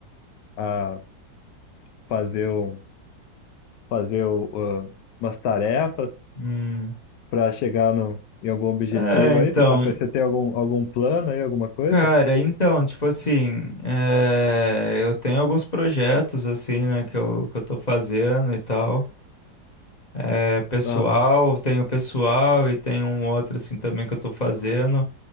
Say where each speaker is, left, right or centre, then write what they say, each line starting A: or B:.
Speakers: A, on the left; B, on the left.
A: a fazer, um, fazer o- o- umas tarefas
B: Hum.
A: para chegar no, em algum objetivo
B: É, então.
A: aí. Você tá, pe- você tem algum, algum plano aí, alguma coisa?
B: Cara, então, tipo assim, eh, eu tenho alguns projetos, assim, né, que eu, que eu tô fazendo e tal. É pessoal,
A: Aham,
B: tenho pessoal e tenho um outro, assim, também que eu tô fazendo.